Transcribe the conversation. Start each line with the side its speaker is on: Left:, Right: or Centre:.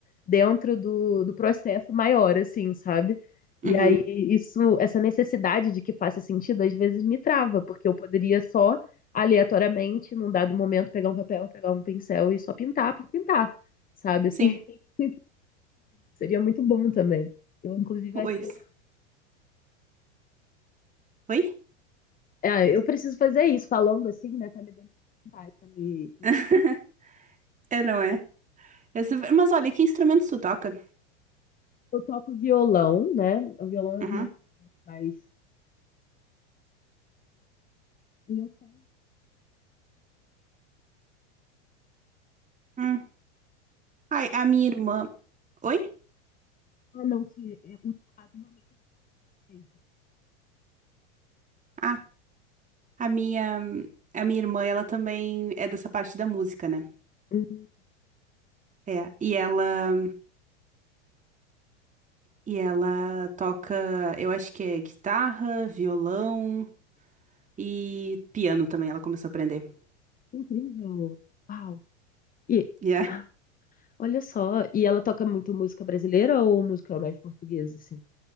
Left: dentro do, do processo maior, assim, sabe?
Right: uhum,
Left: E aí, isso, essa necessidade de que faça sentido, às vezes me trava, porque eu poderia só, aleatoriamente, num dado momento, pegar um papel, pegar um pincel e só pintar por pintar sabe? Assim,
Right: sim,
Left: <laughs> seria muito bom também. Eu, inclusive,
Right: pois.
Left: acho que eu,
Right: Oi?
Left: é, eu preciso fazer isso, falando assim, né? Tá me dando vontade, tá me...
Right: <laughs> É, não é? Essa- Mas olha, que instrumentos tu toca?
Left: Eu toco violão, né? O violão é
Right: Uhum.
Left: o meu instrumento, mas e eu tenho
Right: hum. Ai, a minha irmã. Oi?
Left: ah, não, que é, o teclado realmente tem.
Right: Ah, A minha, a minha irmã, ela também é dessa parte da música, né?
Left: Hum,
Right: É, e ela, e ela toca, eu acho que é guitarra, violão e piano também, ela começou a aprender.
Left: que incrível. Uau. E
Right: yeah
Left: ah, olha só, e ela toca muito música brasileira ou música mais portuguesa, assim?